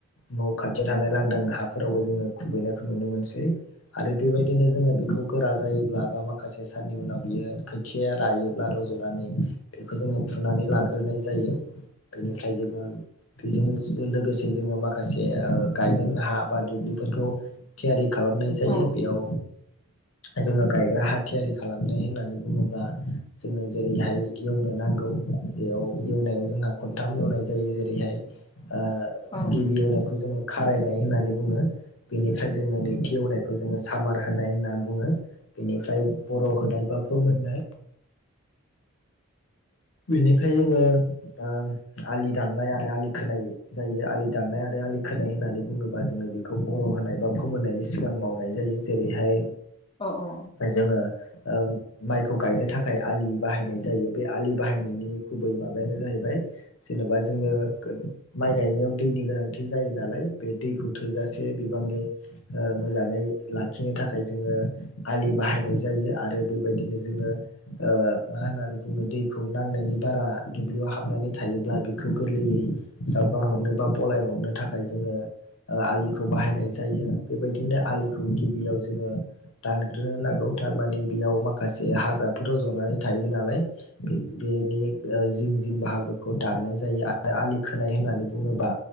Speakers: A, on the left (about 70°); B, on the left (about 25°).
A: न' खाथि खाथियाव थानाय लांदां हाफोरावबो जोङो खुबैनायखौ नुनो मोनसै। आरो बेबायदिनो जोङो बेखौ गोरा जायोब्ला बा माखासे साननि उनाव बियो खो थिया रायोब्ला रज'नानै बेखौ जोङो फुनानै लाग्रोनाय जायो। बेनिफ्राय जोङो बेजों लोगोसे जोङो माखासे ओ गायगोन हा बा दुब्लिफोरखौ थियारि खालामनाय जायो।
B: औ
A: बेयाव
B: <inaudible>
A: जोङो गायग्रा हा थियारि खालामनाय होननानै बुङोब्ला जोङो जेरैहाय एवनो नांगौ बेयाव एवनायाव जोंहा खनथाम एवनाय जायो जेरैहाय ओ
B: औ औ
A: गिबि एवनायखौ जोङो खारायनाय होननानै बुङो बेनिफ्राय जोङो नैथि एवनायखौ बेखौ जोङो सामार होनाय होनना बुङो बेनिफ्राय बर' होनाय बा फोमोननाय बिनिफ्राय जोङो ओ आलि दाननाय आरो आलि खोनाय जायो आलि दाननाय आरो आलि खोनाय होननानै बुङोबा जोङो बेखौ बर' होनाय बा फोमोननायनि सिगां मावनाय जायो। जेरैहाय
B: अ अ
A: जोङो ओ माइखौ गायनो थाखाय आलि बाहायनाय जायो बे आलि बाहायनायनि गुबै माबायानो जाहैबाय जेन'बा जोङो माइ गायनायाव दैनि गोनांथि जायो नालाय बे दैखौ थोजासे बि बांनि मोजाङै लाखिनो थाखाय जोङो आलि बाहायनाय जायो आरो बेबायदिनो जोङो ओ मा होननानै बुङो दैखौ नांनायनि बारा दुब्लियाव हाबनानै थायोब्ला बेखौ गोरलैयै जावगार हरनो बा बलाय हरनो थाखाय जोङो आलिखौ बाहायनाय जायो। बेबायदिनो आलिखौ गिबियाव जोङो दानग्रोनो नांगौ थारमाने बेयाव माखासे हाग्राफोर रज'नानै थायो नालाय। बेनि जिं जिं बाहागोखौ दाननाय जायो आरो आलि खोनाय होननानै बुङोबा